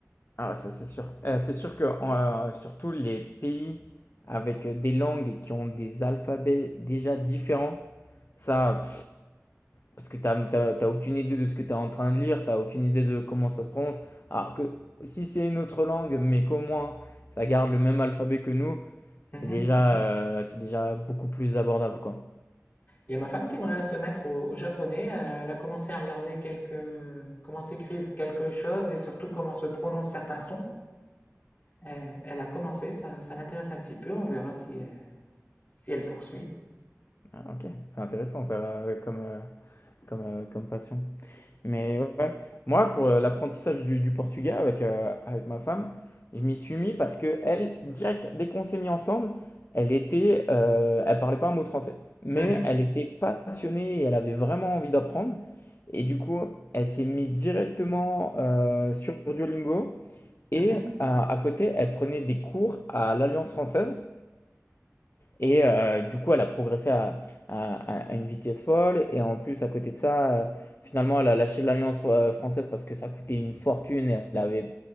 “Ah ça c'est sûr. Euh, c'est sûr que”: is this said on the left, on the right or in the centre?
Left